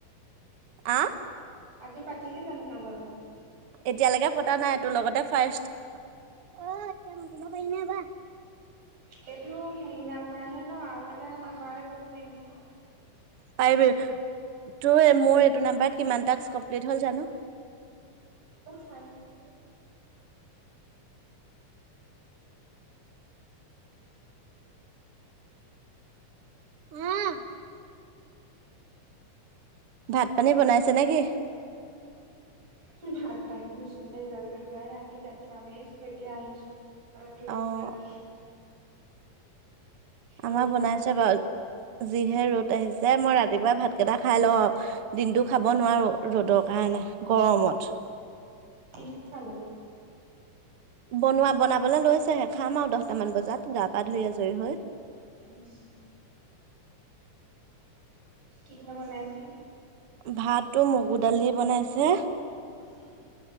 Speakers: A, on the right (about 60°); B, on the right (about 75°).
A: আহ
B: আজি পাতিলি জানো কাৰোবাৰ লগত
A: এতিয়ালৈকে পতা নাই তোৰ লগতে ফাৰ্ষ্ট, উম তই মাতিব পাৰিলিনে এবাৰ
B: চএইটো হেৰি নাম্বাৰ হে ন আৰু এটা নাম্বাৰে কৰিব পাৰিম নহয়
A: তাই বে আহ্ <unintelligible> তোৰ এই মোৰ এইটো নাম্বাৰত কিমান টাস্ক কমপ্লিট হল জানো
B: অহ <unintelligible> চাই আহিব নি এইটো নোটটো
A: উম ভাত-পানী বনাইছে নেকি?
B: হু ভাত-পানী চবে জায়গায় যোৱাই নাই আমি প্লেটফৰ্ম এৰি আছিলো এতিয়া আহিছো। আৰু সেই
A: অ'
B: লগতেই কথা
A: আমাৰ
B: ৰ'দডাল
A: বনাইছে
B: যিহে।
A: বাৰু যিহে ৰ'দ আহিছে মই ৰাতিপুৱাই ভাতকেইটা খাই ল, দিনটো খাব নোৱাৰো ৰ'দৰ কাৰণে গৰমত
B: কি খালি?
A: বনোৱা বনাবলৈ লৈছেহে খাম আৰু দহটামান বজাত গা পা ধুই আজৰি হৈ।
B: উম, কিহে বনাইছে?
A: ভাতটো মগু দালি বনাইছে
B: হম'